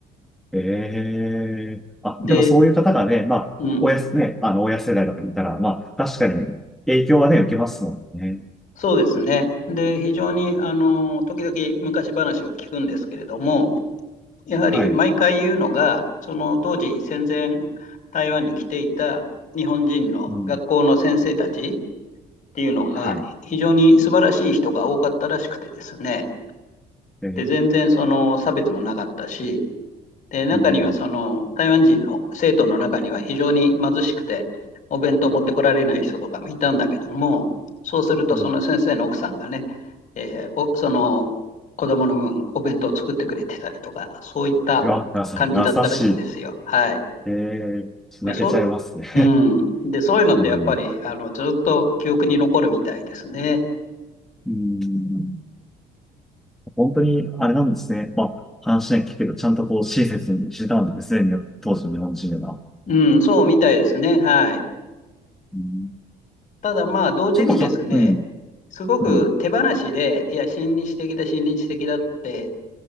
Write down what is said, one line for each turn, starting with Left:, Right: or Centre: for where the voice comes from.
Centre: ええあ、
Left: で、
Centre: でもそういう方がね、まあ、
Left: うん。
Centre: 親す、ね、あの、親世代とかにいたら、まあ、確かに影響はね、受けますもんね。
Left: そうですね。で、非常に、あの、時々昔話を聞くんですけれども、やはり毎回言うのが、
Centre: はい。
Left: その当時戦前台湾に来ていた日本人の学校の先生たち、
Centre: うん。
Left: っていうのが非常に素晴らしい人が多かったらしくてですね。
Centre: はい。えー、
Left: で、全然その差別もなかったし、で、中にはその台湾人の生徒の中には非常に貧しくて、
Centre: うん。
Left: お弁当持ってこられない人とかもいたんだけども、そうするとその先生の奥さんがね、
Centre: うん
Left: えーおその子供の分お弁当を作ってくれてたりとか、そういった感じだったらしいんですよ。
Centre: いや、なさん、優しい。
Left: はい。
Centre: えー、
Left: で、
Centre: 泣けちゃいますね。
Left: そう、うん。で、そういうのってやっぱりあのずっと記憶に残るみたいですね。
Centre: <laughs> うん。うん。本当に、あれなんですね。まあ、話は聞くけど、ちゃんとこう、親切にしてたんですね、当時の日本人は。
Left: うん、そうみたいですね。はい。
Centre: うん、
Left: ただまあ、同時にですね、
Centre: ちょっとは、うん。
Left: すごく手放しで、
Centre: うん。
Left: いや、親日的だ、親日的だって、